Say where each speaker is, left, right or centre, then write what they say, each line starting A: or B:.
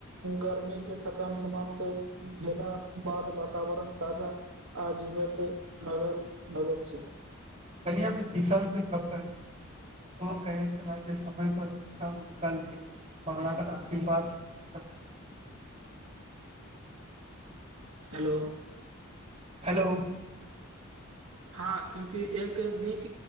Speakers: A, on the right (about 70°); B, on the right (about 30°).
A: गर्मीके थकान समाप्त भेला बाद वातावरण ताजा आ जीवत नगर नगद छै
B: कलियामे किसान से गप कर ओ कह च जे समय पर बर्ा हो क कराक आशीर्वाद जे छै
A: हेलो
B: हेलो
A: हँ क्यूंकि एक नीक